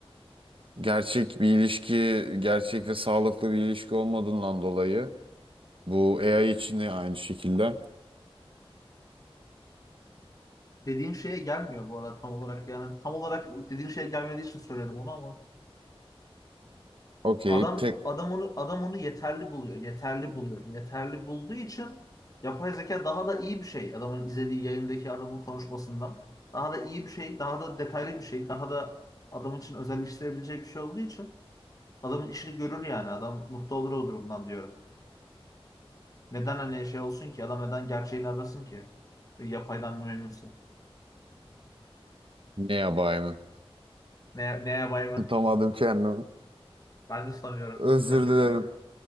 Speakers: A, on the right; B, on the left.
A: Gerçek bir ilişki, gerçek ve sağlıklı bir ilişki olmadığından dolayı bu AI için de aynı şekilde.
B: Dediğin şeye gelmiyor bu arada tam olarak yani tam olarak dediğin şeye gelmediği için söyledim onu ama
A: Okey,
B: adam
A: tek
B: adam onu adam onu yeterli buluyor. Yeterli buluyor. Yeterli bulduğu için yapay zeka daha da iyi bir şey. Adamın izlediği yayındaki adamın konuşmasından daha da iyi bir şey, daha da detaylı bir şey, daha da adam için özelleştirebileceği bir şey olduğu için adamın işini görür yani. Adam mutlu olur o durumdan diyorum. Neden hani şey olsun ki? Adam neden gerçeğini arasın ki? Yapaydan memnunsa.
A: ne yapayım?
B: Ne, ne yapay mı?
A: <laughs> Tutamadım kendimi.
B: Ben de sanıyorum.
A: Özür
B: Yapacak
A: dilerim.
B: bir şey yok.